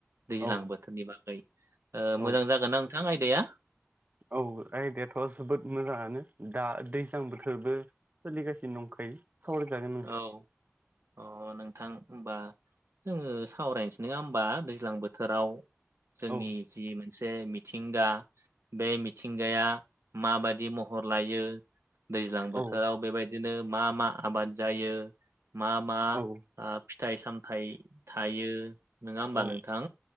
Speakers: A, on the right; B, on the right.
A: दैज्लां
B: औ
A: बोथोरनि बागै। ओ-मोजां
B: औ
A: जागोना नोंथां आयदाया?
B: औ आयदायाथ' जोबोद मोजाङानो दा दैज्लां बोथोरबो। सोलिगासिनो दंखायो। सावराय जागोन।
A: औ। अ नोंथां होमबा जोङो सावरायनोसै नङा होमबा दैज्लां बोथोराव जोंनि
B: औ
A: जि मोनसे मिथिंगा बे मिथिंगाया माबादि महर लायो। दैज्लां बोथोराव
B: औ
A: बेबायदिनो मा मा आबाद जायो मा मा
B: औ
A: बा फिथाइ सामथाइ थायो नोङा होमबा
B: औ
A: नोंथां।